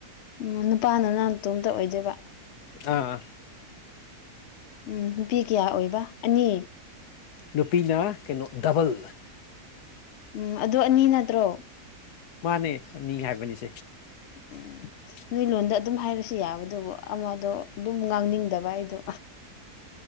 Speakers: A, on the left (about 65°); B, on the left (about 85°).
A: ꯎꯝ ꯅꯨꯄꯥꯅ ꯅꯥꯅꯇꯣꯝꯇ ꯑꯣꯏꯗꯣꯏꯕ
B: ꯑꯥ
A: ꯎꯝ ꯅꯨꯄꯤ ꯀꯌꯥ ꯑꯣꯏꯕ ꯑꯅꯤ
B: ꯅꯨꯄꯤꯅ ꯀꯩꯅꯣ ꯗꯕꯜ
A: ꯎꯝ ꯑꯗꯨ ꯑꯅꯤ ꯅꯠꯇ꯭ꯔꯣ
B: ꯃꯥꯅꯦ ꯑꯅꯤ ꯍꯥꯏꯕꯅꯤ ꯁ‌ꯦ <unintelligible>
A: ꯎꯝ ꯅꯣꯏ ꯂꯣꯟꯗ ꯑꯗꯨꯝ ꯍꯥꯏꯔꯁꯨ ꯌꯥꯕꯗꯨꯕꯨ ꯑꯃꯗꯣ ꯑꯗꯨꯝ ꯉꯥꯡꯅꯤꯡꯗꯕ ꯑꯩꯗꯣ